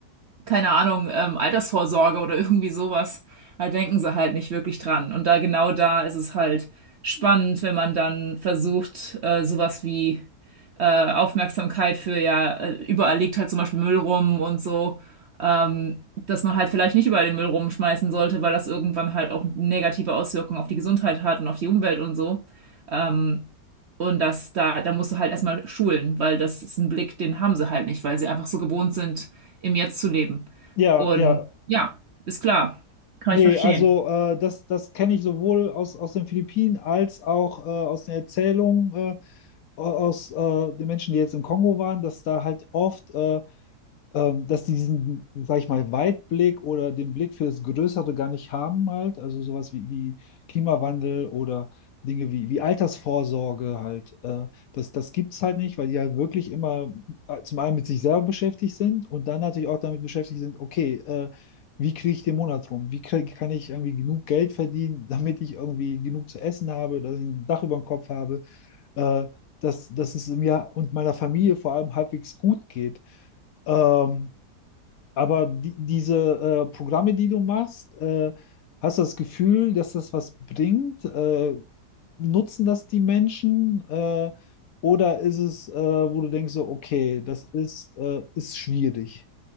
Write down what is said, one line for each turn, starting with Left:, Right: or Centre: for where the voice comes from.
Right: keine Ahnung, ähm, Altersvorsorge oder irgendwie sowas. Da denken sie halt nicht wirklich dran. Und da genau da ist es halt spannend, wenn man dann versucht, äh, sowas wie äh, Aufmerksamkeit für, ja, äh, überall liegt halt zum Beispiel Müll rum und so, ähm, dass man halt vielleicht nicht überall den Müll rumschmeißen sollte, weil das irgendwann halt auch negative Auswirkungen auf die Gesundheit hat und auf die Umwelt und so. Ähm, und das, da, da musst du halt erstmal schulen, weil das ist ein Blick, den haben sie halt nicht, weil sie einfach so gewohnt sind, im Jetzt zu leben.
Left: Ja,
Right: Und
Left: ja.
Right: ja, ist klar, kann
Left: Nee,
Right: ich verstehen.
Left: also äh, das, das kenne ich sowohl aus, aus den Philippinen als auch äh, aus den Erzählungen äh, aus äh, den Menschen, die jetzt im Kongo waren, dass da halt oft äh, ähm, dass die diesen, sag ich mal, Weitblick oder den Blick für das Größere gar nicht haben halt. Also sowas wie, wie Klimawandel oder Dinge wie, wie Altersvorsorge halt. Äh, das das gibt es halt nicht, weil die halt wirklich immer äh, zum einen mit sich selber beschäftigt sind und dann natürlich auch damit beschäftigt sind, okay, äh, Wie kriege ich den Monat rum? Wie krieg, kann ich irgendwie genug Geld verdienen, <laughs> damit ich irgendwie genug zu essen habe, dass ich ein Dach über dem Kopf habe? äh, dass, dass es mir und meiner Familie vor allem halbwegs gut geht. Ähm, aber die, diese äh, Programme, die du machst, äh, hast du das Gefühl, dass das was bringt? Äh, nutzen das die Menschen? Äh, oder ist es, äh, wo du denkst, so, okay, das ist, äh, ist schwierig?